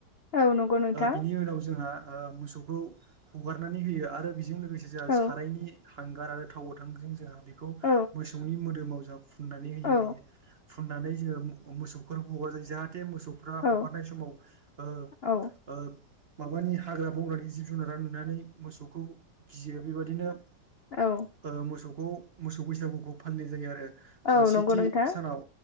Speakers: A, on the left; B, on the right.
A: औ नंगौ नोंथां
B: ओ बिनि उनाव जोंहा मोसौखौ हगारनानै होयो आरो बेजों लोगोसे जोंहा
A: औ
B: सारायनि हांगार आरो थाव गोथांजों जोंहा बेखौ
A: औ
B: मोसौनि मोदोमाव फुनानै होयो
A: औ
B: फुनानै जोङो मोसौफोर हगारजायो जा जाहाथे मोसौफ्रा
A: औ
B: हगारनाय समाव ओ
A: औ
B: ओ माबानि हाग्रा बंग्रानि जिब जुनारा नुनानै मोसौखौ गियो बेबायदिनो ओ
A: औ
B: मोसौ खौ मोसौ बैसागुखौ फालिनाय जायो आरो। सेथि
A: औ नंगौ नोंथां
B: सानाव